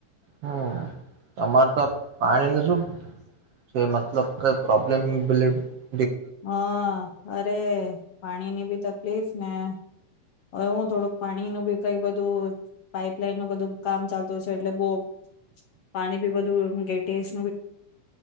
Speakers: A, on the right; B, on the left.
A: હમ્મ, અમારે તો પાણી ન શું જે મતલબ કઈ પ્રોબ્લેમ બ
B: હાં, અરે પાણી ની બી તકલીફ- ને હવે હું થોડુંક પાણી નું બી કઈ બધું પાઈપલાઈન નું બધું કામ ચાલતું છે, એટલે બહુ પાણી બી બધું હું કે ટેસ્ટ